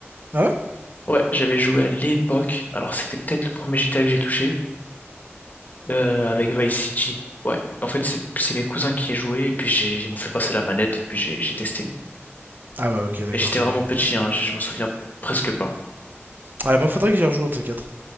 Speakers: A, on the right; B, on the left.
A: Ah ouais?
B: Ouais, j'avais joué à l'époque. Alors, c'était peut-être le premier GTA que j'ai touché euh, avec Vice City. Ouais, en fait, c'est c'est mes cousins qui y jouaient et puis j'ai ils m'ont fait passer la manette et puis j'ai j'ai testé.
A: Ah ouais, ok, d'accord,
B: Et j'étais
A: je
B: vraiment
A: vois.
B: petit, hein, je je me souviens presque pas.
A: Ouais, moi, faudrait que j'y rejoue un de ces quatre.